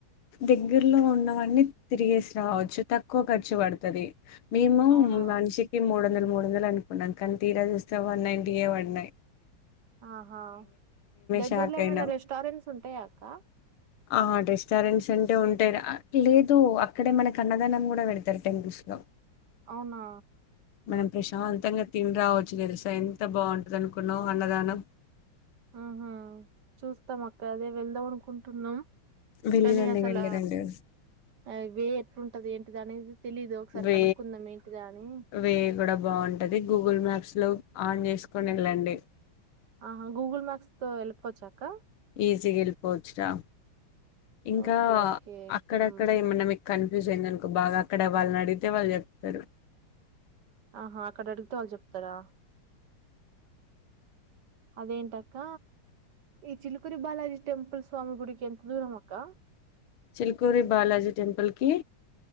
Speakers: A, on the left (about 80°); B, on the right (about 60°).
A: దగ్గరలో ఉన్నవన్నీ తిరిగేసి రావచ్చు. తక్కువ ఖర్చు పడుతది మేము
B: అవునా?
A: మనిషికి మూడందలు. మూడు వందలు అనుకున్నాం కానీ తీరా చూస్తే సేవన్ నైంటీ ఏ పడ్నాయ్
B: ఆహా దగ్గర్లో
A: షాక్
B: ఏమైనా
A: అయినాం
B: రెస్టారెంట్స్ ఉంటాయా అక్క
A: ఆ రెస్టారెంట్స్ అంటే ఉంటాయ్ రా లేదు అక్కడే మనకి అన్నదానం కూడా పెడతారు టెంపుల్స్ లో
B: అవునా
A: మనం ప్రశాంతంగా తినిరావచ్చు తెలుస ఎంత బాగుంటంది అనుకున్నావు అన్నదానం
B: ఆహా చూస్తాం అక్క అదే వెళ్దాం అనుకుంటున్నాం.
A: వెళ్ళిరండి
B: కానీ అసల
A: వెళ్ళిరండి
B: అవే ఉంటంది ఏంటిది అనేది తెలీదు. ఒకసారి
A: వే
B: కనుక్కుందాం ఏంటిదా అని.
A: వే గుడ బాగుంటది, గూగుల్ మ్యాప్స్ లో ఆన్ చేసుకొని ఎళ్ళండి.
B: ఆహ గూగుల్ మ్యాప్స్ తో వెళ్ళి పోవచ్చాక్క?
A: ఈజీగా వెళ్లిపోవచ్చు రా ఇంకా
B: ఓకే ఓకే
A: అక్కడక్కడ
B: హ్మ్.
A: ఏమన్నా పెట్ కన్ఫ్యూజ్ అయిందనుకో బాగా అక్కడ వాళ్ళనడిగితే వాళ్ళు చెప్తరు.
B: ఆహా అక్కడ అడుగితే వాళ్ళు చెప్తరా అదేంటక్క, ఈ చిలుకురి బాలాజీ టెంపుల్ స్వామి గుడికి ఎంత దూరం అక్క.
A: చిల్కూరి బాలాజీ టెంపుల్ కి